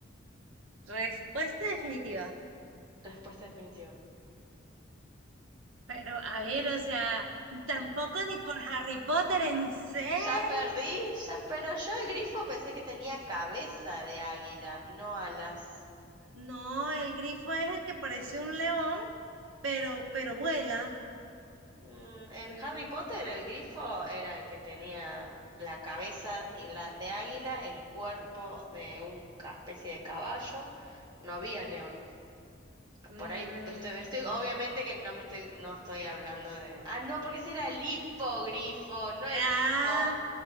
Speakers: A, on the right (about 85°); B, on the right (about 20°).
A: Respuesta definitiva.
B: Respuesta definitiva.
A: Pero a ver, o sea, tampoco ni por Harry Potter, ¿en serio?
B: Ya perdí, ya, pero yo el grifo pensé que tenía cabeza de águila, no alas.
A: No, el grifo es el que parece un león, pero, pero vuela.
B: Mm, En Harry Potter el grifo era el que tenía la cabeza y la de águila, el cuerpo de una especie de caballo. No había león.
A: Mm,
B: Por ahí estoy, estoy, obviamente que no me estoy, no estoy hablando de. Ah, no, porque ese era el hipogrifo, no el
A: Ah,
B: grifo.